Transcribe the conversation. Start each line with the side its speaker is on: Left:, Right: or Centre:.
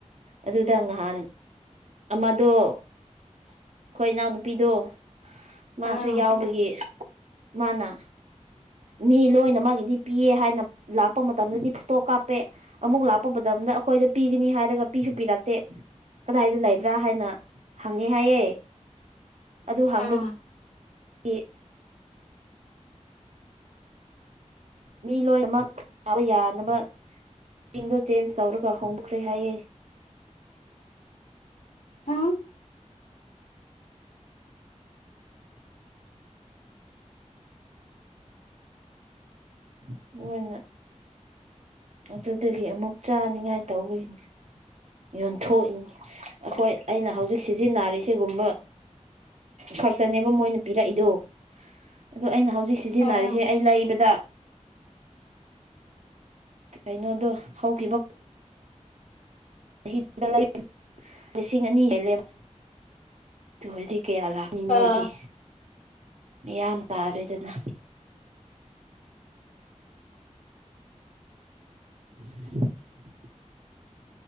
Right: ꯑꯗꯨꯗ ꯉꯍꯥꯟ ꯑꯃꯗꯣ ꯑꯩꯈꯣꯏ ꯏꯅꯥꯎꯅꯨꯄꯤꯗꯣ ꯃꯥꯁꯨ
Left: ꯎꯝ
Right: ꯌꯥꯎꯕꯒꯤ ꯃꯥꯅ ꯃꯤ ꯂꯣꯏꯅ ꯃꯥꯒꯤꯗꯤ ꯄꯤꯌꯦ ꯍꯥꯏꯅ ꯂꯥꯛꯄ ꯃꯇꯝꯗꯗꯤ ꯐꯣꯇꯣ ꯀꯥꯞꯄꯦ ꯑꯃꯨꯛ ꯂꯥꯛꯄ ꯕꯗꯝꯗ ꯑꯩꯈꯣꯏꯗ ꯄꯤꯒꯅꯤ ꯍꯥꯏꯔꯒ ꯄꯤꯁꯨ ꯄꯤꯔꯛꯇꯦ꯫ ꯀꯗꯥꯏꯗ ꯂꯩꯕ꯭ꯔꯥ ꯍꯥꯏꯅ ꯍꯪꯉꯦ ꯍꯥꯏꯌꯦ ꯑꯗꯨ ꯍꯪꯕꯒꯤ
Left: ꯎꯝ
Right: ꯏ ꯃꯤ ꯂꯣꯏꯅꯃꯛ ꯊꯥꯕ ꯌꯥꯅꯕ <inaudible> ꯗꯣ ꯆꯦꯟꯖ ꯇꯧꯔꯒ ꯍꯣꯡꯈ꯭ꯔꯦ ꯍꯥꯏꯌꯦ꯫
Left: ꯍꯝ꯫
Right: <unintelligible> ꯃꫭꯏꯅ ꯑꯗꯨꯗꯒꯤ ꯑꯃꯨꯛ ꯆꯥꯅꯤꯡꯉꯥꯏ ꯇꯧꯕꯒꯤꯅꯤ꯫ ꯌꯣꯟꯊꯣꯛꯏꯅꯤ ꯑꯈꯣꯏ ꯑꯩꯅ ꯍꯧꯖꯤꯛ ꯁꯤꯖꯤꯟꯅꯔꯤ ꯁꯤꯒꯨꯝꯕ ꯈꯛꯇꯅꯦꯕ ꯃꯣꯏꯅ ꯄꯤꯔꯛꯏꯗꫭ ꯑꯗꯨ ꯑꯩꯅ ꯍꯧꯖꯤꯛ ꯁ ꯁꯤꯖꯤꯟꯅꯔꯤꯁꯦ
Left: ꯎꯝ
Right: ꯑꯩ ꯂꯩꯕꯗ ꯀꯩꯅꯣꯗꯣ ꯍꯧꯈꯤꯕ <unintelligible> ꯂꯤꯁꯤꯡ ꯑꯅꯤ ꯍꯦꯜꯂꯦ ꯑꯗꯨ ꯑꯣꯏꯔꯗꯤ ꯀꯌꯥ ꯂꯥꯛ ꯃꯤ
Left: ꯑꯥ
Right: ꯃꯣꯏꯒꯤ ꯃꯤꯌꯥꯝ ꯇꯥꯔꯦꯗꯅ꯫ <inaudible>